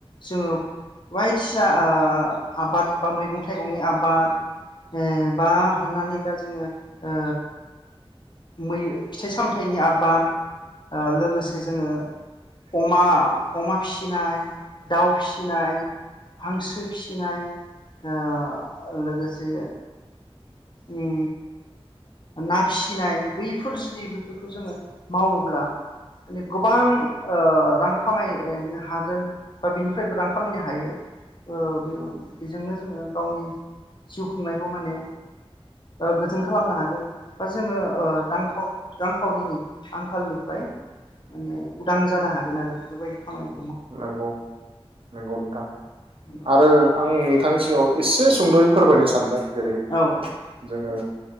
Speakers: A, on the left (about 50°); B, on the right (about 65°).
A: जोङो बायदिसिना ओ आबाद बा मैगं थाइगंनि आबाद। ओ बा हमनानै ला जोङो ओ मै फिथाइ सामथायाइनि आबाद ओ लोगोसे जोङो अमा-अमा फिसिनाय दाउ फिसिनाय हांसो फिसिनाय ओ लोगोसे उम ना फिसिनाय बैफोर जुदि बैफोरखौ जोङो मावोब्ला माने गोबां ओ रां खामायनो हागोन बा बिनिफ्रायबो रां खामायनो हायो ओ बेजोंनो जोङो गावनि जिउ खुंनायखौ माने गोजोन खालामनो हागोन दा जोङो ओ रां खाउरि रां खाउरिनि आंखालनिफ्राय माने उदां जानो हागोन आरो बेफोर बायदि खामानि
B: नोंगौ नोंगौ नोंथां
A: नंगौ
B: आरो आं नोंथांनि सिगाङाव एसे एसे सुंद'यै फोरमायनो सानबाय जेरै
A: औ
B: जोङो